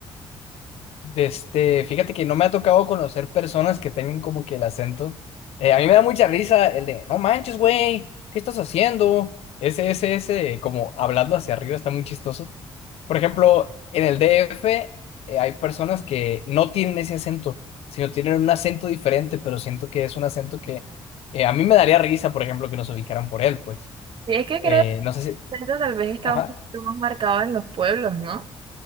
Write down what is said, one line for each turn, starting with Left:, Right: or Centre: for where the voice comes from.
Left: Este, fíjate que no me ha tocado conocer personas que tengan como que el acento. Eh, a mí me da mucha risa el de, no manches, güey, ¿qué estás haciendo? Ese, ese, ese, como hablando hacia arriba está muy chistoso. Por ejemplo, en el DF eh, hay personas que no tienen ese acento, sino tienen un acento diferente, pero siento que es un acento que eh, a mí me daría risa, por ejemplo, que nos ubicaran por él, pues.
Right: Sí, es que creo
Left: Eh,
Right: que
Left: no sé
Right: el acento tal vez está
Left: si...
Right: un poquito más marcado en los pueblos, ¿no?